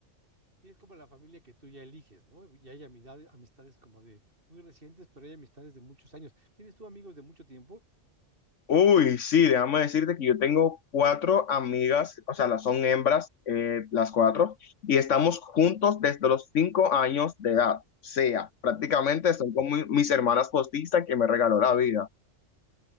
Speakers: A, on the right; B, on the left.
A: Sí, es como la familia que tú ya eliges, ¿no? Y hay amistades, amistades como de muy recientes, pero hay amistades de muchos años. ¿Tienes tú amigos de mucho tiempo?
B: Uy, sí, déjame decirte que yo tengo cuatro amigas, o sea, las son hembras, eh, las
A: Ujú.
B: cuatro, y estamos juntos desde los cinco años de edad. O sea, prácticamente
A: Oh,
B: son como mi- mis hermanas postizas que me regaló la vida.